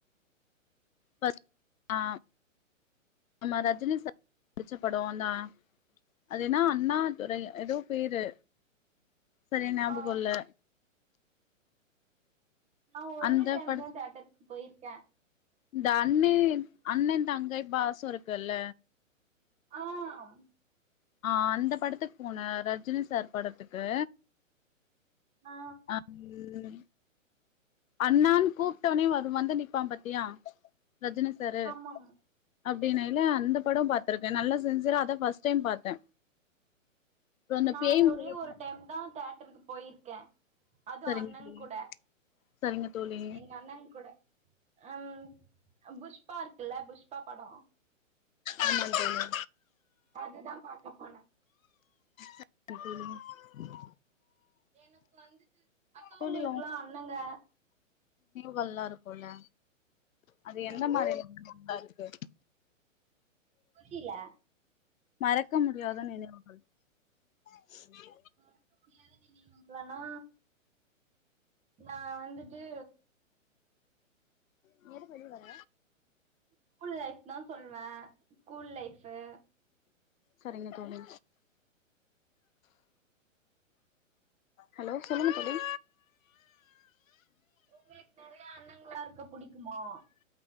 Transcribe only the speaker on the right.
ஆ
நா ஒரே
டைம்
தா தேட்டருக்கு போய்ருக்கே
ஆஹ்
ஆ
ஆமாங்க
நா
ஒரே
ஒரு டைம் தா தேட்டருக்கு போயிருக்கே அதுவு
அண்ணங்
கூட
எங்க அண்ணங் கூட ஆஹ் அ புஷ்பா இருக்குல்ல புஷ்பா பட
அதுதா பாக்க போனே
எனக்கு வந்துட்டு அக்கா
உங்களுக்குல்லா அண்ணங்க
என்னங்க்கா
புரில
மறக்க முடியாத நினைவுகனா நா வந்துட் டு
ஸ்கூல் லைஃப் தா சொல் வே ஸ்கூல் லைஃபு
உங்களுக்கு நெறைய அன்னங்களா இருக்க புடிக்குமோ